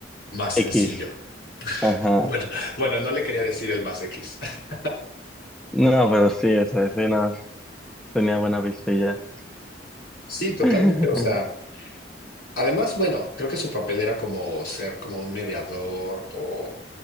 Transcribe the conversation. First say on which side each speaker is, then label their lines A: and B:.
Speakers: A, on the left (about 60°); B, in the centre.
A: más sencillo.
B: X,
A: <laughs>
B: ajá.
A: Bueno, bueno, no le quería decir el más X. <laughs>
B: No, pero sí, o sea, sí, no, tenía buena vista y ya.
A: Sí, totalmente.
B: <laughs>
A: O sea. Además, bueno, creo que su papel era como ser como un mediador o